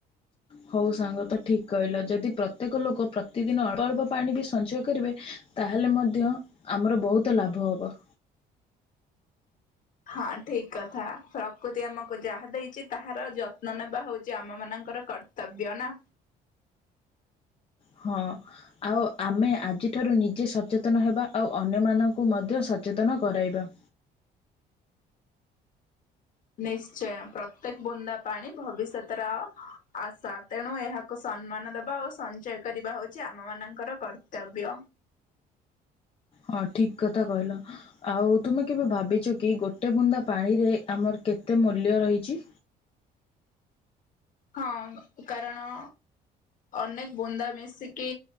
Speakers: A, on the left; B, on the left.
A: ହଉ ସାଙ୍ଗ ତ ଠିକ କହିଲ ଯଦି ପ୍ରତ୍ୟେକ ଲୋକ ପ୍ରତିଦିନ ଅଳ୍ପ ଅଳ୍ପ ପାଣି ବି ସଞ୍ଚୟ କରିବେ ତାହେଲେ ମଧ୍ୟ ଆମର ବହୁତ ଲାଭ ହେବ
B: ହଁ ଠିକ କଥା ପ୍ରକୃତି ଆମକୁ ଯାହା ଦେଇଛି ତାହାର ଯତ୍ନ ନେବା ହଉଛି ଆମ ମାନଙ୍କର କର୍ତ୍ତ ତବ୍ୟ ନା
A: ହଁ ଆଉ ଆମେ ଆଜିଠାରୁ ନିଜେ ସଚେତନ ହେବା ଆଉ ଅନ୍ୟମାନଙ୍କୁ ମଧ୍ୟ ସଚେତନ କରାଇବା
B: ନିଶ୍ଚୟ ପ୍ରତ୍ୟେକ ବୁନ୍ଦା ପାଣି ଭବିଷ୍ୟତର ଆଶା ତେଣୁ ଏହାକୁ କୁ ସମ୍ମାନ ଦବା ଓ ସଞ୍ଚୟ କରିବା ହଉଛି ଆମ ମାନଙ୍କର କର୍ତ୍ତବ୍ୟ
A: ହଁ ଠିକ କଥା କହିଲ ଆଉ ତୁମେ କେବେ ଭାବିଛ କି ଗୋଟେ ବୁନ୍ଦା ପାଣିରେ ଆମର କେତେ ମୂଲ୍ୟ ରହିଛି
B: ହଁ କାରଣ ଅନେକ ବୁନ୍ଦା ମିଶିକି